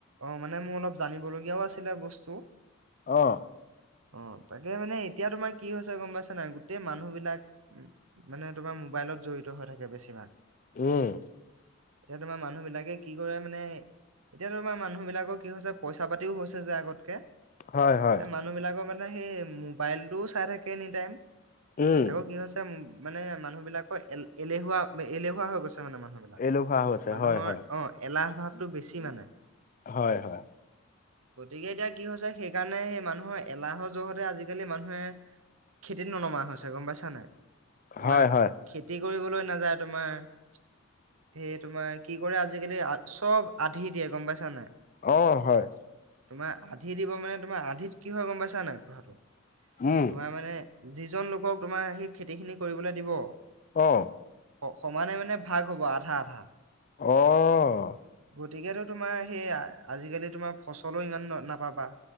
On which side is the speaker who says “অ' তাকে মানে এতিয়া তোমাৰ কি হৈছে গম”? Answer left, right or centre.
Right